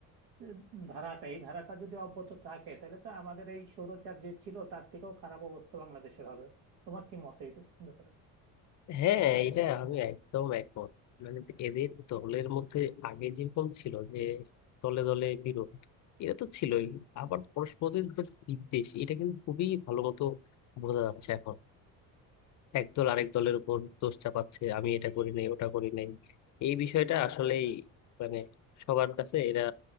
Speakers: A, on the right; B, on the left.
A: আহ, ধারাটা এই ধারাটা যদি অব্যাহত থাকে তাহলে তো আমাদের এই স্বৈরাচার যে ছিল তার থেকেও খারাপ অবস্থা বাংলাদেশের হবে তোমার কি মত এই ব্যাপ- ব্যাপারে
B: হ্যাঁ এটা আমি একদম একমত মানে এদের দলের মধ্যে আগে যেরকম ছিল যে দলে দলে বিরোধ এটা তো ছিলই আবার পরস্পরের উপর বিদ্বেষ এটা কিন্তু খুবই ভালো মতো বোঝা যাচ্ছে এখন একদল আরেক দলের উপর দোষ চাপাচ্ছে আমি এটা করি নাই ওটা করি নাই এই বিষয়টা আসলেই মানে সবার কাছে এরা